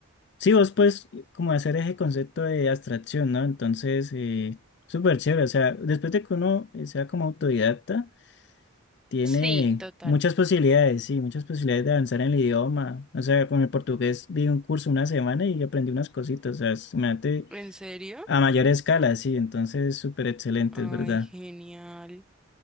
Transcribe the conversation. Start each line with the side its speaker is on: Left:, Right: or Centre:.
Left: Sí, vos puedes como hacer ese concepto de abstracción, ¿no? Entonces, eh, súper chévere. O sea, después de que uno eh, sea como autodidacta, tiene
Centre: Sí, total.
Left: muchas posibilidades, sí, muchas posibilidades de avanzar en el idioma. O sea, con el portugués vi un curso una semana y aprendí unas cositas. O sea, es- imagínate
Centre: ¿En serio?
Left: a mayor escala, sí. Entonces, súper excelente,
Centre: Ay,
Left: es verdad.
Centre: genial.